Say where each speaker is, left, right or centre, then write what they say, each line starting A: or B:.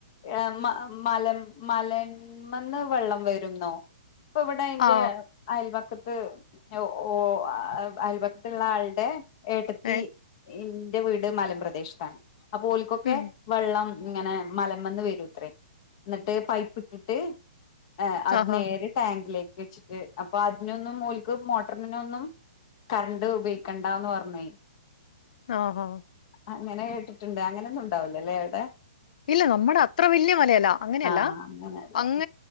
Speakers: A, on the left (about 40°); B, on the left (about 55°).
A: ഏഹ് മ മലം മലെമ്മന്ന് വെള്ളം വരുന്നോ ഇപ്പൊ ഇവിടെ ഇന്റെ
B: ആ
A: അയൽപക്കത്ത് ഓ ഓഹ് അയൽപക്കത്തുള്ള ആളുടെ ഏട്ടത്തി
B: ഏ
A: ന്റെ വീട് മലപ്രദേശത്താണ് അപ്പൊ ഓൽക്കൊക്കെ
B: ഉം
A: വെള്ളം ഇങ്ങനെ മലമ്മന്ന് വരൂത്രേ ന്നിട്ട് പൈപ്പ് ഇട്ടിട്ട് ഏഹ് അത്
B: ആഹാ
A: നേരെ ടാങ്കിലേക്ക് വെച്ചിട്ട് അപ്പൊ അതിനൊന്നും ഓൽക്ക് മോട്ടറിനൊന്നും കറണ്ട് ഉപയോഗിക്കണ്ടന്ന് പറഞ്ഞെയ്
B: ആഹാ
A: അങ്ങനെ കേട്ടിട്ടുണ്ട് അങ്ങനെന്നും ഉണ്ടാവില്ലല്ലേ അവിടെ
B: ഇല്ല നമ്മുടെ അത്ര വലിയ മലയല്ല അങ്ങനെയല്ല
A: ആഹ് അങ്ങനെയല്ല
B: അങ്ങ